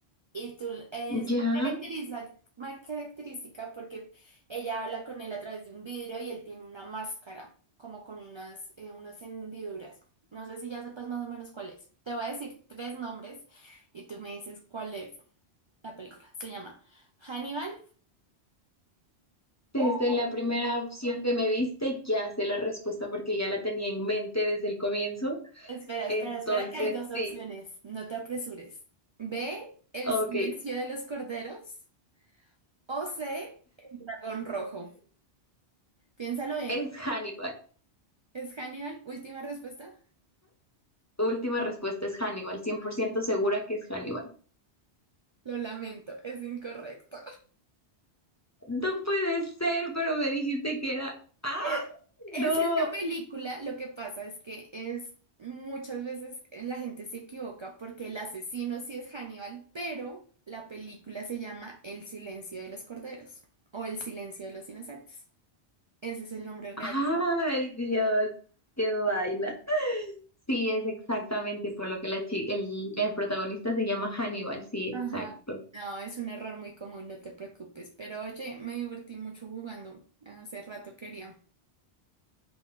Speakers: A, on the right; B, on the left.
A: Y tú es
B: Ya,
A: muy caracteriza- muy característica porque ella habla con él a través de un vidrio y él tiene una máscara, como con unas, eh, unas hendiduras. No sé si ya sepas más o menos cuál es. Te voy a decir tres nombres y tú me dices cuál es la película. Se llama Hannibal
B: desde
A: o...
B: la primera opción que me diste, ya sé la respuesta porque ya la tenía en mente desde el comienzo.
A: Espera, espera,
B: Entonces,
A: espera que hay dos opciones.
B: sí.
A: No te apresures. B, El
B: Ok,
A: silencio de los corderos o C, Dragón Rojo. Piénsalo bien.
B: es Hannibal.
A: ¿Es Hannibal última respuesta?
B: Última respuesta es Hannibal, 100% segura que es Hannibal.
A: Lo lamento, es incorrecto.
B: No puede ser, pero me dijiste que era... ¡Ah,
A: Eh, Es
B: no!
A: esta película, lo que pasa es que es muchas veces eh, la gente se equivoca porque el asesino sí es Hannibal, pero la película se llama El silencio de los corderos o El silencio de los inocentes. Ese es el nombre real.
B: ¡Ay, Dios! ¡Qué vaina! Sí, es exactamente por lo que la chi- el, el protagonista se llama Hannibal, sí,
A: Ajá.
B: exacto.
A: No, es un error muy común, no te preocupes. Pero oye, me divertí mucho jugando. Hace rato quería.